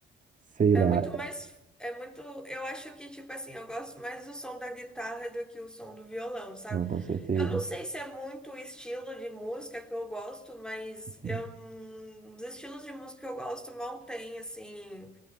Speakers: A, on the right (about 40°); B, in the centre.
A: sei
B: É
A: lá,
B: muito mais. É muito. Eu acho que, tipo assim, eu gosto mais do som da guitarra do que o som do violão, sabe?
A: não, com certeza.
B: Eu não sei se é muito o estilo de música que eu gosto, mas
A: Uhum.
B: eu, hum, os estilos de música que eu gosto mal tem, assim,